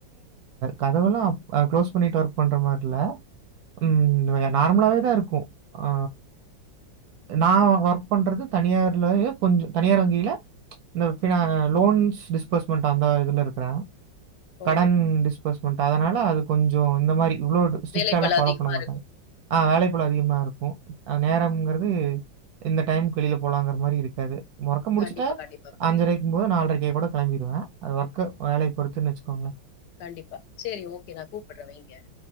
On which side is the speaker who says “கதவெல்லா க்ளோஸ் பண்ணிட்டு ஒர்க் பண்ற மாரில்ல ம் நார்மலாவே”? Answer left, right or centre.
Right